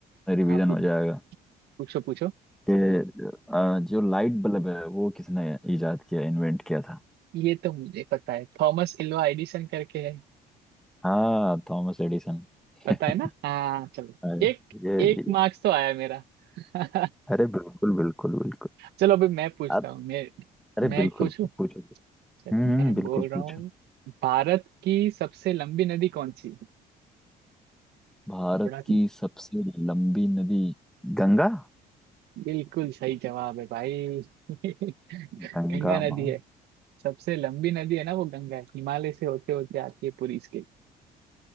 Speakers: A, in the centre; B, on the right.
A: रिवीजन
B: आप पू-
A: हो जाएगा
B: पूछो पूछो
A: कि अ, जो लाइट बल्ब है वो किसने इजाद किया इन्वेंट किया था
B: ये तो मुझे पता है थॉमस एल्वा एडिसन करके
A: हाँ थॉमस एडिसन
B: पता
A: <laughs>
B: है ना हाँ चलो
A: अरे
B: एक
A: ये,
B: एक
A: ये
B: मार्क्स तो आया मेरा <laughs>
A: अरे बिल्कुल बिल्कुल बिल्कुल
B: चलो अभी मैं पूछता
A: आप
B: हूँ मैं
A: अरे
B: मैं
A: बिल्कुल
B: एक पूछूं
A: पूछो हम्म
B: चलो
A: हम्म,
B: मैं
A: बिल्कुल
B: बोल रहा
A: पूछो
B: हूँ भारत की सबसे लंबी नदी कौन सी
A: भारत
B: थोड़ा
A: की सबसे लंबी नदी गंगा
B: बिल्कुल सही जवाब है भाई <laughs> गंगा
A: गंगा
B: नदी
A: माँ
B: है सबसे लंबी नदी है ना वो गंगा है हिमालय से होते होते आती है पूरी इसके